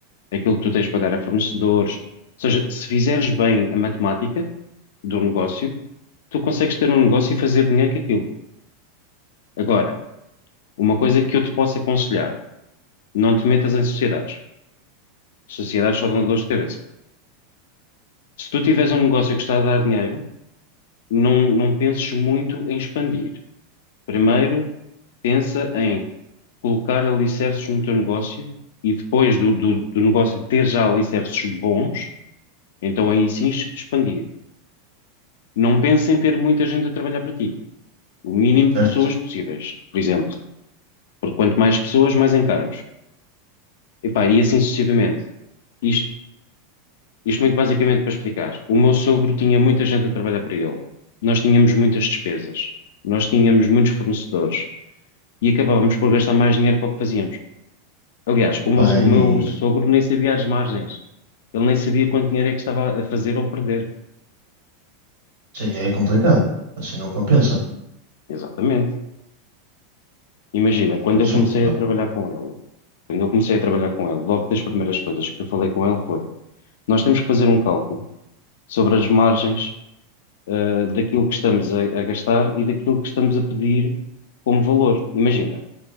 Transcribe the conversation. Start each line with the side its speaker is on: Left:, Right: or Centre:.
Left: aquilo que tu tens de pagar a fornecedores. Ou seja, se fizeres bem a matemática do negócio, tu consegues ter um negócio e fazer dinheiro com aquilo. Agora, uma coisa que eu te posso aconselhar, não te metas em sociedades. Sociedades só dão dores de cabeça. Se tu tiveres um negócio que está a dar dinheiro, não, não penses muito em expandir. Primeiro, pensa em colocar alicerces no teu negócio e depois do, do, do negócio ter já alicerces bons, então aí sim expandir. Não penses em ter muita gente a trabalhar para ti. O mínimo
Right: certo?
Left: de pessoas possíveis, por exemplo. Porque quanto mais pessoas, mais encargos. Epá, e assim sucessivamente. Isto, isto muito basicamente para explicar. O meu sogro tinha muita gente a trabalhar para ele. Nós tínhamos muitas despesas. Nós tínhamos muitos fornecedores. E acabávamos por gastar mais dinheiro que o que fazíamos. Aliás,
Right: Opa,
Left: o meu, o
Right: e
Left: meu sogro nem sabia as margens. Ele nem sabia quanto dinheiro é que estava a fazer ou perder.
Right: sim, é complicado. Assim não compensa. É
Left: Exatamente. Imagina,
Right: um bocadinho
Left: quando
Right: absurdo,
Left: eu comecei
Right: pá.
Left: a trabalhar com ele, quando eu comecei a trabalhar com ele, logo das primeiras coisas que eu falei com ele foi: nós temos que fazer um cálculo sobre as margens, ah, daquilo que estamos a, a gastar e daquilo que estamos a pedir como valor. Imagina,